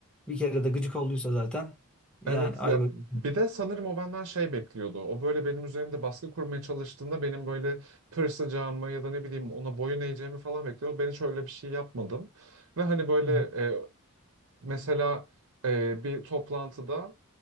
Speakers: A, in the centre; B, on the right (about 65°).
A: Bir kere de gıcık olduysa zaten
B: Evet,
A: yani ay
B: ya
A: bakayım.
B: bir de sanırım o benden şey bekliyordu. O böyle benim üzerimde baskı kurmaya çalıştığında benim böyle pırsacağımı ya da ne bileyim ona boyun eğeceğimi falan bekliyordu. Ben hiç öyle bir şey yapmadım. Ve hani böyle
A: Hı hı.
B: e, mesela e, bir toplantıda